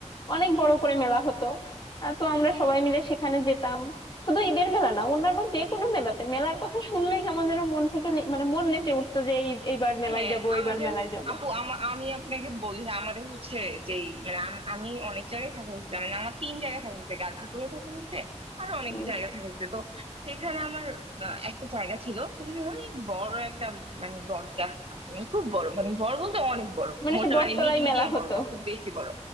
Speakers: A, on the left (about 40°); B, on the right (about 50°).
A: অনেক বড় করে মেলা হতো আহ, তো আমরা সবাই মিলে সেখানে যেতাম শুধু ঈদের মেলা না অন্যান্য যে কোনো মেলাতে মেলার কথা শুনলেই কেমন যেন মন থেকে নে- মানে মন নেচে উঠতো যে এই এইবার মেলায়
B: হ্যাঁ
A: যাব
B: আমার
A: এইবার
B: যেমন
A: মেলায় যাব
B: আপু আমা- আমি আপনাকে বলি যে আমাদের হচ্ছে যেই মানে আম- আমি অনেক জায়গায় থাকা হয়েছে মানে আমার তিন জায়গায় থাকা হয়েছে গাজীপুরে থাকা হয়েছে আর অনেক
A: উম,
B: জায়গায় থাকা হয়েছে তো সেখানে আমার আহ, একটা জায়গা ছিল সেখানে অনেক বড় একটা মানে বট গাছ আছে মানে খুব বড় মানে বড় বলতে অনেক বড়
A: মানে
B: মোটা
A: সে বটতলায়
B: মানে মিড
A: মেলা
B: মিডিয়াম
A: হতো
B: বড় না খুব বেশি বড়